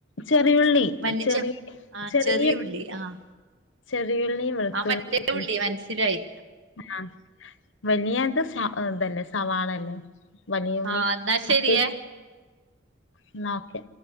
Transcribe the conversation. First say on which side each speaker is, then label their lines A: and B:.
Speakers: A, on the left (about 70°); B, on the right (about 70°).
A: ചെറിയുള്ളി
B: മല്ലിച്ചെപ്പ്
A: ചെറി
B: ആഹ്
A: ചെറിയഉള്
B: ചെറിയ ഉള്ളി ആഹ്
A: ചെറിയുള്ളി വെളുത്തുള്ളി
B: ആ മറ്റേ
A: ഉം
B: ഉള്ളി മനസ്സിലായി
A: ആഹ് വലിയത് സഅ്തല്ലെ സവാളല്ലേ വലിയുള്ളി
B: ആഹ് എന്നാ ശരിയേ
A: മറ്റേ ഇന്നാ ഓക്കെ